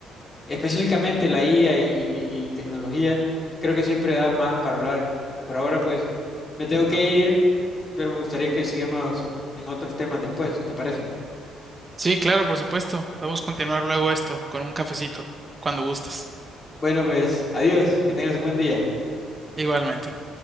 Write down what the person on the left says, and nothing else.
específicamente la IA y, y- y tecnología creo que siempre da más para hablar. Por ahora pues me tengo que ir, pero me gustaría que sigamos en otros temas después, ¿te parece?
Bueno, pues adiós, que tengas un buen día.